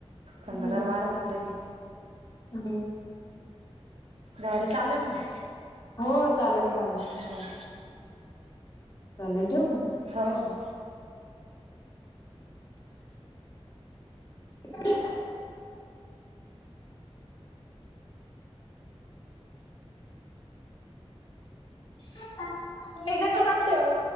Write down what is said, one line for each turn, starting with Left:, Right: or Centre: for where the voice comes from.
Left: हम्म
Right: थंडगार वार सुटलय.
Left: हम्म.
Right: बर चालल ना.
Left: हो चालेल, चालेल.
Right: हां
Left: चालेल, ठेऊ का मग?
Right: हो, हो.
Left: <inaudible> <inaudible> हे. <unintelligible>
Right: कुठले ओ.